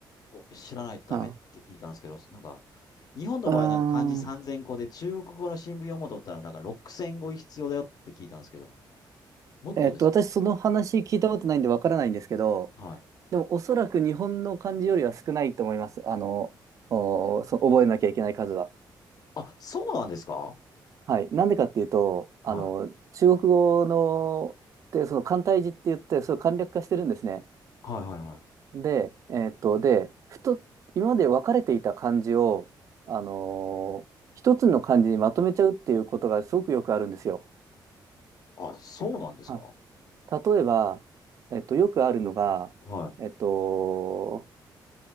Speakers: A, on the left; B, on the right.
A: お知らないとダメって聞いたんですけど、
B: あ、
A: なんか、日本の場合なんか漢字3000個で中国語の新聞読もうと思ったらなんか6000語必要だよって聞いたんですけど、
B: あー
A: もっとですかね。
B: えっと、私その話聞いたことないんでわからないんですけど、
A: はい。
B: でもおそらく日本の漢字よりは少ないと思います。あの、お、そ、覚えなきゃいけない数は。
A: あ、そうなんですか
B: はい。なんでかっていうと、
A: はい。
B: あの、中国語の、で、その簡体字って言って、それを簡略化してるんですね。
A: はいはいはい。
B: で、えっと、で、ふと、今まで分かれていた漢字を、あの、一つの漢字にまとめちゃうっていうことがすごくよくあるんですよ。
A: あ、そうなんですか
B: あ、例えば、えっと、よくあるのが、
A: はい。
B: えっと、